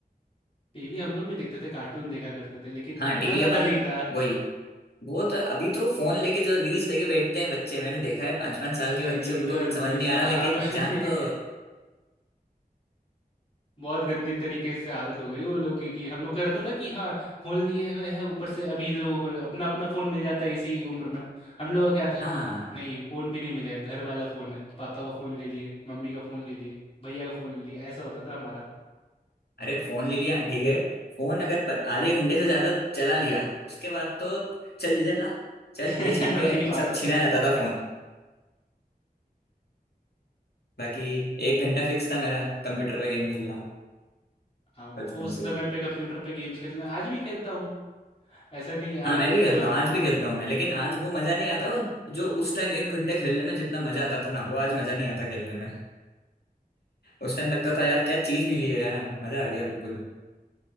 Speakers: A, on the left; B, on the left.
A: टीवी हम लोग भी देखते थे, कार्टून देखा करते थे, लेकिन
B: हाँ
A: इतना
B: टीवी
A: ज़्यादा
B: अपन
A: नहीं था।
B: वही वो तो अभी तो फोन लेके जो रील्स लेके बैठते हैं बच्चे मैंने देखा है पांच पांच साल
A: अरे!
B: के बच्चे
A: रीलर
B: उनको कुछ समझ
A: भाई
B: नहीं
A: साहब
B: आ रहा लेकिन जान दो
A: <laughs> बहुत गंदी तरीके से आदत हो गई वो लोगों की। कि हम लोग का रहता था कि हाँ, फ़ोन लिए हुए हैं, ऊपर से अभी इन लोगों को अपना-अपना फ़ोन मिल जाता है इसी उम्र में। हम लोगों का क्या था
B: हाँ
A: कि नहीं फ़ोन भी नहीं मिलेगा, घर वाला फ़ोन है, पापा का फ़ोन ले लिए, मम्मी का फ़ोन ले लिए, भैया का फ़ोन ले लिए, ऐसा होता था हमारा।
B: अरे फोन ले लिया ठीक है फोन अगर प- आधे घंटे से ज्यादा चला लिया उसके बाद तो चल जिधर ला चल
A: <laughs>
B: ये छीन
A: वही
B: के
A: बात
B: सब
A: होता
B: छीना
A: है।
B: जाता था फोन बाकी एक घंटा फिक्स था मेरा कंप्यूटर पे गेम खेलना
A: हाँ, उस
B: बचपन से
A: समय पे कंप्यूटर पे गेम्स खेलना आज भी खेलता हूँ, ऐसा नहीं है
B: हाँ
A: अब
B: मैं भी खेलता
A: तो
B: हूँ आज भी खेलता
A: <laughs>
B: हूँ मैं लेकिन आज वो मजा नहीं आता वो- जो उस टाइम एक घंटे खेलने में जितना मजा आता था ना वो आज मजा नहीं आता खेलने में उस टाइम लगता था यार क्या चीज मिली है यार मजा आ गया बिल्कुल